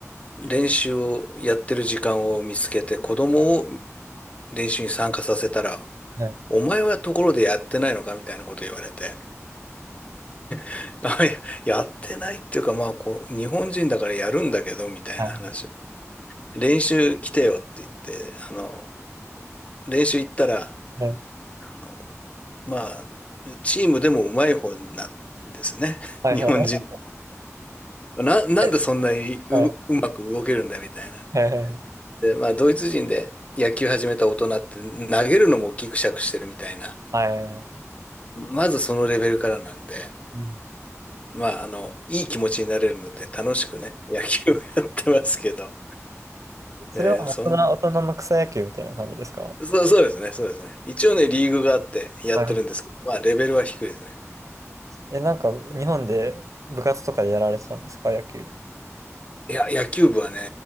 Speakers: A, on the left; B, on the right.
A: 練習をやってる時間を見つけて、子供を練習に参加させたら、
B: はい。
A: お前はところでやってないのかみたいなこと言われて、<laughs> あいややってないっていうか、まあ、こう、日本人だからやるんだけど、みたいな話。
B: はい。
A: 練習来てよって言って、あの、練習行ったら、
B: はい。
A: あの、まあ、チームでもうまい方なんですね。
B: はいはい。
A: <laughs> 日本人。な、なんでそんなにう、
B: はい。はい。
A: うまく動けるんだみたいな。
B: はい。
A: で、まあ、ドイツ人で野球始めた大人って投げるのもギクシャクしてるみたいな。
B: はい
A: まずそのレベルからなんで、
B: うん
A: まあ、あの、いい気持ちになれるので楽しくね、野球をやってますけど。
B: それは大人、
A: ね、そん、
B: 大人の草野球みたいな感じですか
A: そう、そうですね、そうですね。一応ね、リーグがあってやってるんですけど、
B: はい。
A: まあ、レベルは低いですね。
B: え、なんか、日本で部活とかでやられてたんですか、野球。
A: いや、野球部はね、